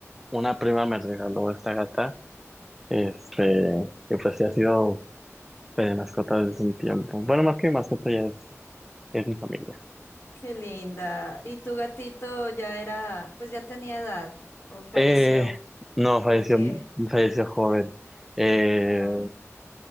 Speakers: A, in the centre; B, on the left.
A: una prima me regaló esta gata, este, que pues sí ha sido de mascota desde un tiempo. Bueno, más que mascota ya es, es mi familia.
B: Qué linda. ¿Y tu gatito ya era, pues ya tenía edad o falleció?
A: Eh, no, falleció,
B: ¿Por qué?
A: falleció joven. Eh,
B: Ah,